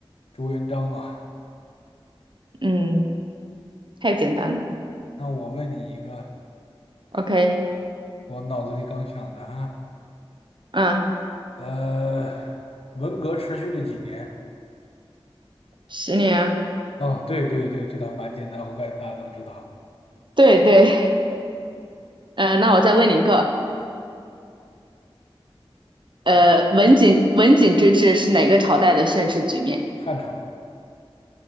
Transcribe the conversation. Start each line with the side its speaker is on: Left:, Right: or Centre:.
Left: 朱元璋啊。
Right: 嗯，太简单了。
Left: 那我问你一个，
Right: OK，
Left: 我脑子里刚想的哈，
Right: 嗯，
Left: 呃，文革持续了几年？
Right: 十年。
Left: 哦，对对对，这个还蛮简单，我感觉大家都知道。
Right: 对对，嗯，那我再问你一个，呃，
Left: 啊。
Right: 文景文景之治是哪个朝代的盛世局面？
Left: 汉朝，